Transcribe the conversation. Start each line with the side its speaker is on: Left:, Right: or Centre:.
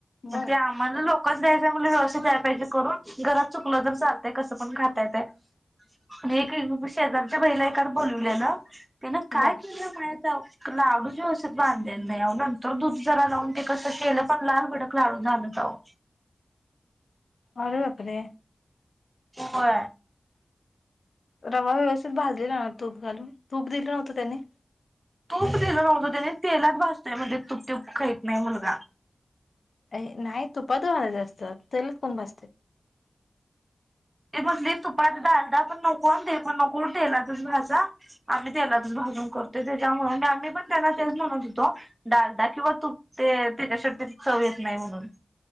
Left: बर
Right: ते आम्हाला लोक काच द्यायच म्हणण्यावर व्यवस्थितीत द्याय पाहिजे करून. घरात चुकलं तर चालतय कसं पण खाता येतय. आणि एक शेजारच्या बाईला एका बोलवल्याल तीन काय
Left: बर
Right: केल्या महित्या ओ लाडूच व्यवस्थित बांधलेली नाही आओ. नंतर दूध जरा लावून ते कसं केलं पण लाल भडक लाडू झालं. हो.
Left: अरे बापरे.
Right: होय.
Left: रवा व्यवस्थितीत भाजलेला ना तूप घालून. तूप दिलं नव्हतं त्यानी?
Right: तूप दिल नव्हतं त्यानी. तेलात भाजतोय म्हणजे तूप-दूप खाहीत नाही मुलगा.
Left: अ नाही तुपातच भाजायच असत. तेलात कोण भाजत्यात.
Right: ते म्हटली तुपातच भाजय पण नको. ते पण नको तेलातच भाजा आम्ही तेलातच भाजलो. तुपातच करतो. आम्ही पण तेचं म्हणत होतो. डालदा किंवा तूप द्या ते चव येत नाही म्हणून.